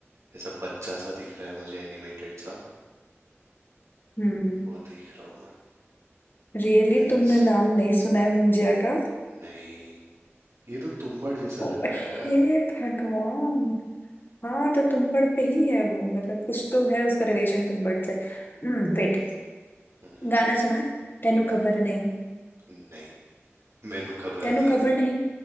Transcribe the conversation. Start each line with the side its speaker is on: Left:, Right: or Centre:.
Right: ऐसा बच्चा सा दिख रहा है मुझे एनिमेटेड सा
Left: हम्म
Right: वो देख रहा हूँ मैं
Left: रियली
Right: नाइस
Left: तुमने नाम नहीं सुना है मुंजिया का
Right: नहीं ये तो तुम्बाड़ जैसा
Left: ओ
Right: लग रहा
Left: हे
Right: है यार
Left: भगवान हाँ तो तुम्बड़ पे ही है वो मतलब कुछ तो है उसका रिलेशन तुम्बड़ से हम्म वेट
Right: हम्म, हम्म,
Left: गाना सुना है तेनू खबर नहीं
Right: नहीं मेनू खबर
Left: तेनू
Right: नहीं
Left: खबर नहीं